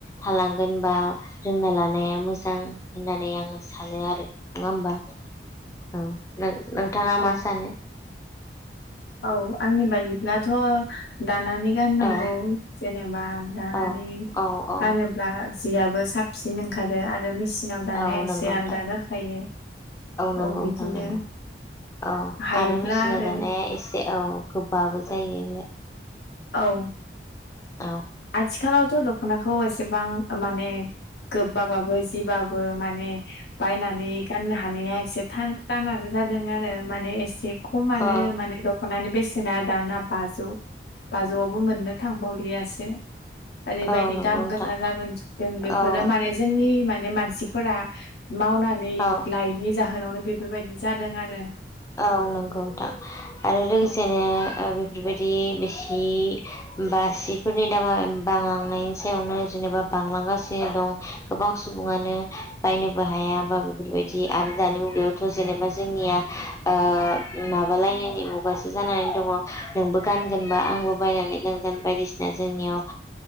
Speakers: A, on the left (about 15°); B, on the left (about 65°).
A: थालांगोन बा रोंना लानाया मोजां होननानै आं सानो आरो। नङा होमबा औ नों नोंथाङा
B: औ
A: मा सानो?
B: औ आंनि बायदिब्लाथ' दानानै गाननांगौ।
A: औ
B: जेनेबा जानानै
A: औ औ औ
B: गानोब्ला जियाबबो साबसिन ओंखारो आरो मेसिन सिनाव दानाय
A: औ
B: एसे
A: नंगौ
B: आलदा
A: नोंथां
B: जाखायो
A: नंगौ
B: औ बिदिनो
A: नोंथां नंगौ औ
B: हायोब्ला
A: आरो मेचिनाव
B: आरो
A: दानाया एसे औ गोबाबो जायोलाय
B: औ
A: औ
B: आथिखालावथ' दख'नाखौ एसेबां माने गोबाबाबो जिबाबो माने बायनानै गाननो हानाया एसे दानानो जादों आरो माने एसे खमानो
A: औ
B: माने द खनानै बेसेना दाना बाजौ बाजौआवबो मोननो थांबावलियासो। ओरैबायदि
A: औ नंगौ
B: दाम
A: नोंथां
B: गोसा जाबोनदों बेफोरो
A: औ
B: माने जोंनि माने मानसिफोरा मावनानै
A: औ
B: लायो। बिनि जाहोनावनो बेफोरबायदि जादों आरो
A: औ नंगौ नोंथां आरो लोगोसेनो
B: औ
A: ओ बेफोरबायदि बेसि बा सिफोरनि दामा बांलांनायनि सायावनो जेनेबा बांलांगासिनो। दं गोबां सुबुङानो बायनोबो हाया बा बेफोरबायदि आरो दानि मुगायाव थ' जेनेबा जोंनिया ओ माबालायनायनि मुगासो जानानै दङ नोंबो गानगोनबा आंबो बायनानै गानगोन बायदिसिना जोंनियाव